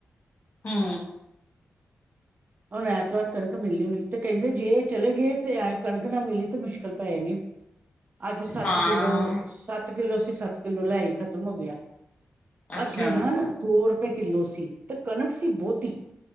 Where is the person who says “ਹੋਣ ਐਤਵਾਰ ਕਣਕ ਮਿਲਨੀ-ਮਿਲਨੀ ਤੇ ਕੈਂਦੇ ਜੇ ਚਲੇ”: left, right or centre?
Right